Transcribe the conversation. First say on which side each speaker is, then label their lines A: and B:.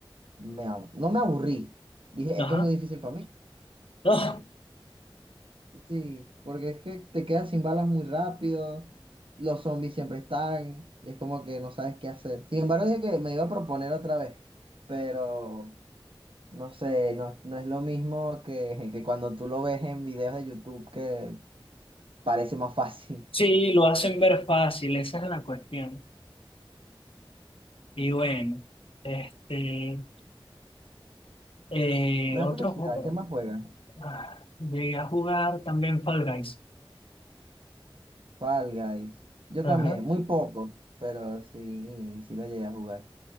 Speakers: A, on the right; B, on the left.
A: me, ab- no me aburrí. Dije,
B: Ajá.
A: esto es muy difícil para mí.
B: Ah,
A: Sí, porque es que te quedas sin balas muy rápido, los zombies siempre están y es como que no sabes qué hacer. Sin embargo, dije que me iba a proponer otra vez, pero no sé, no, no es lo mismo que, que cuando tú lo ves en videos de YouTube que parece más fácil.
B: sí, lo hacen ver fácil, esa es la cuestión. Y bueno, este, eh,
A: <laughs> Me da
B: otro
A: curiosidad,
B: juego.
A: ¿qué más juegas?
B: Ah, llegué a jugar también Fall Guys.
A: Fall Guys. Yo
B: Ajá.
A: también, muy poco, pero sí, sí lo llegué a jugar.